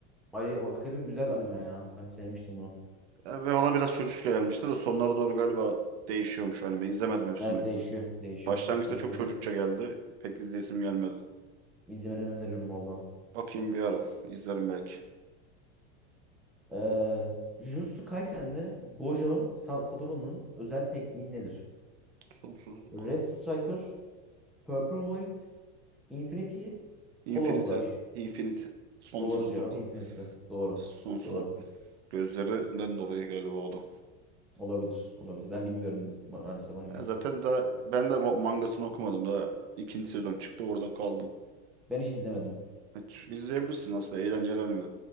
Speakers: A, in the centre; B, on the right (about 70°).
A: Ay, hakikaten güzel anime ya. Ben sevmiştim bunu.
B: E, Ve ona biraz çocukça gelmişti de sonlara doğru galiba değişiyormuş anime. İzlemedim hepsini
A: Evet
B: o yüzden.
A: değişiyor. Değişiyor.
B: Başlangıçta
A: İzlemeni,
B: çok çocukça geldi. Pek izleyesim gelmedi.
A: izlemeni öneririm valla.
B: Bakayım bir ara. İzlerim belki.
A: Ee, Jujutsu Kaisen'de Gojo Sa- Satoru'nun özel tekniği nedir?
B: Sonsuzluk.
A: Red Striker, Purple Void, Infinity,
B: Infinity.
A: Hollow Flash.
B: Infinity. Sonsuzluk.
A: Doğru cevap Infinity. Doğru.
B: Sonsuzluk.
A: Doğru.
B: Gözlerinden dolayı galiba o da.
A: Olabilir. Olabilir. Ben bilmiyorum biz- ma- maalesef animeyi.
B: Ya zaten daha ben de o mangasını okumadım. Daha ikinci sezon çıktı orada kaldım.
A: Ben hiç izlemedim.
B: Hiç izleyebilirsin aslında eğlenceli anime.